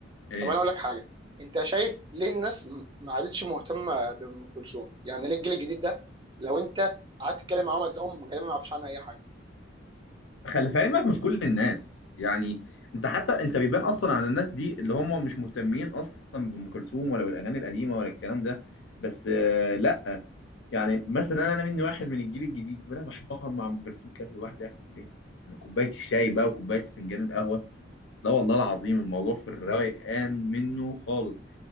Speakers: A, on the left (about 75°); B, on the right (about 25°).
A: إيه
B: طب انا اقول لك حاجه انت شايف ليه الناس م- ما عادتش مهتمه بام كلثوم يعني ليه الجيل الجديد ده لو انت قعدت تتكلم معاهم هتلاقيهم غالبا ما يعرفوش عنها اي حاجه
A: خلي في علمك مش كل الناس يعني انت حتى انت بيبان اصلا على الناس دي اللي هم مش مهتمين اصلا بام كلثوم ولا بالاغاني القديمه ولا الكلام ده بس آه، لا يعني مثلا انا مني واحد من الجيل الجديد انا بحب اقعد مع ام كلثوم كده لوحدي اخر الليل يعني كوبايه الشاي بقى وكوبايه فنجان القهوه لا والله العظيم الموضوع في الروقان منه خالص